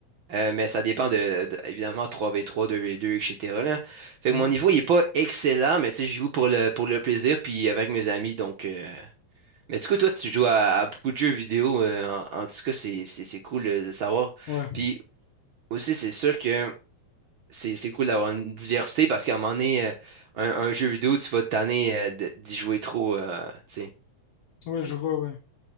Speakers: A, on the right; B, on the left.
A: euh, mais ça dépend de, de- évidemment, trois v trois deux v 2 etc. là. Fait
B: Mhm.
A: que mon niveau, il est pas excellent, mais tu sais, je joue pour le, pour le plaisir, puis avec mes amis. Donc, euh, mais du coup, toi, tu joues à, à beaucoup de jeux vidéo. euh, en, en tout cas, c'est c'est- c'est cool euh, de savoir.
B: Ouais.
A: Puis aussi, c'est sûr que. c'est c'est cool d'avoir une diversité parce qu'à un moment donné, euh, un, un jeu vidéo, tu vas te tanner euh, de- d'y jouer trop. euh, tu sais.
B: Ouais, je vois, ouais.